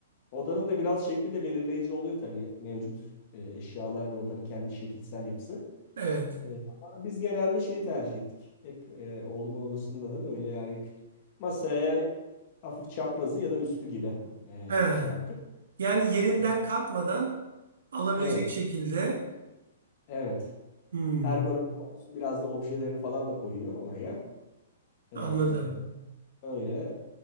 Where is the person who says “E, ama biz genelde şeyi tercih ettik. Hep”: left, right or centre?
Left